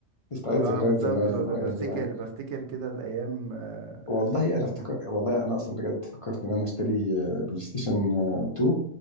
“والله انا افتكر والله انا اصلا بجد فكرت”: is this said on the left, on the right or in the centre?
Left